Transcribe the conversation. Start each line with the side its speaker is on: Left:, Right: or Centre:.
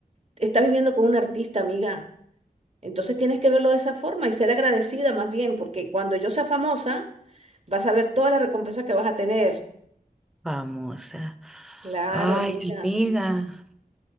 Right: Estás viviendo con un artista, amiga. Entonces tienes que verlo de esa forma y ser agradecida más bien, porque cuando yo sea famosa, vas a ver toda la recompensa que vas a tener.
Centre: Famosa.
Right: Claro,
Centre: Ay,
Right: amiga.
Centre: amiga.